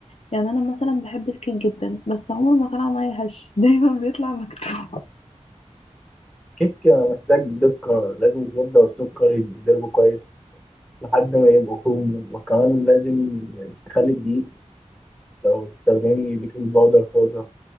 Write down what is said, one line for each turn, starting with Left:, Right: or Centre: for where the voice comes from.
Left: يعني انا مثلا بحب الكيك جدا بس عمره ما طلع معايا هش <laughs> دايما بيطلع مكتوب
Centre: كيك محتاج دقة لازم الزبدة والسكر يتضربوا كويس لحد ما يبقوا فوم وكمان لازم تخلي الدقيق لو تستخدمي بيكنج باودر طازة